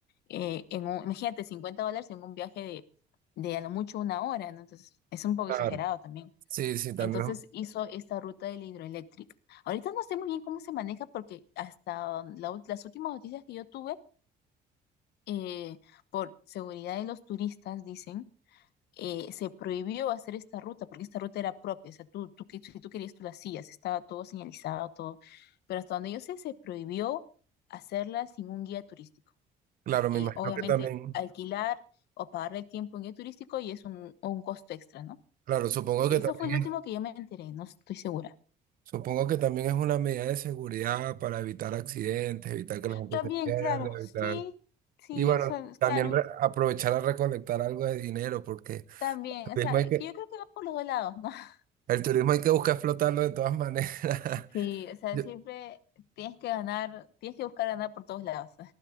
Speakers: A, on the left; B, on the right.
A: eh, en un- imagínate, 50 dólares en un viaje de, de a lo mucho una hora, ¿no? Entonces, es un poco
B: claro.
A: exagerado también.
B: Sí, sí, también,
A: Entonces, hizo esta ruta de la hidroeléctrica. Ahorita no sé muy bien cómo se maneja porque hasta la ult- las últimas noticias que yo tuve, eh, por seguridad de los turistas, dicen, eh, se prohibió hacer esta ruta porque esta ruta era propia. O sea, tú, tú, que- si tú querías, tú la hacías. Estaba todo señalizado, todo. Pero hasta donde yo sé, se prohibió hacerla sin un guía turístico
B: claro, me
A: y
B: imagino
A: obviamente
B: que también,
A: alquilar o pagar el tiempo en guía turístico y es un, un costo extra, ¿no?
B: claro, supongo
A: Eso
B: que también
A: fue el último
B: es,
A: que yo me enteré, no estoy segura.
B: supongo que también es una medida de seguridad para evitar accidentes, evitar que la gente
A: También,
B: se pierda,
A: claro, sí,
B: evitar,
A: sí,
B: y bueno,
A: son, claro,
B: también re- aprovechar a recolectar algo de dinero, porque el
A: también, o
B: turismo
A: sea,
B: hay que,
A: que yo creo que va por los dos lados, ¿no? <laughs>
B: el turismo hay que buscar explotarlo de todas maneras. <laughs>
A: Sí, o sea,
B: Yo-
A: siempre tienes que ganar, tienes que buscar ganar por todos lados.